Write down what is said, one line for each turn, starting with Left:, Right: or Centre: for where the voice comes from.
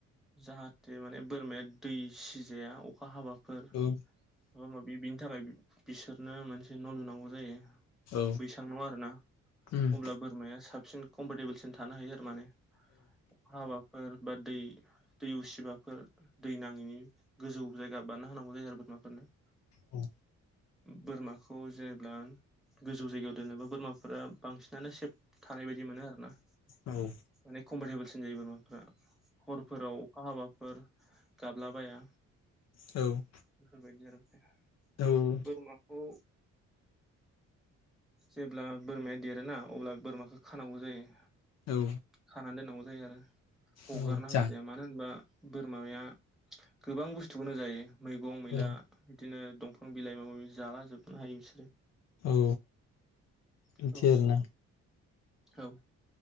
Centre: जाहाथे माने बोरमाया दै सिजाया अखा हाबाफोर
Left: औ उम
Centre: माबा-माबि बिनि थाखाय बिसोरनो मोनसे न' लुनांगौ जायो।
Left: औ
Centre: बैसां न' आरोना
Left: उम
Centre: अब्ला बोरमाया साबसिन कम्फरटेबोलसिन लानो हायो आरो माने। हाबाफोर बा दै दै उसिबाफोर दै नाङैनि गोजौ जायगा बानना होनांगौ जायो आरो बोरमाफोरनो।
Left: औ
Centre: बोरमाखौ जेब्ला गोजौ जायगायाव दोनोबा बोरमाफोरा बांसिनानो सेब थानाय बायदि मोनो आरोना।
Left: औ
Centre: माने कम्फर्टेबोलसिन जायो बोरमाफोरा हरफोराव अखा हाबाफोर गाबलाबाया।
Left: औ
Centre: बेफोरबायदि आरोना ओमफ्राय
Left: औ
Centre: बोरमाखौ जेब्ला बोरमाया देरोना अब्ला बोरमाखौ खानांगौ जायो।
Left: औ
Centre: खाना दोननांगौ जायो आरो हगारना
Left: औ जाहा
Centre: होजाया मानो होनबा बोरमाया गोबां बुस्थुखोनो जायो मैगं मैला
Left: औ
Centre: बिदिनो दंफां बिलाइ माबा माबि जाला जोबनो हायो बिसोरो।
Left: औ बिदि
Centre: औ
Left: आरोना
Centre: नोंथां औ।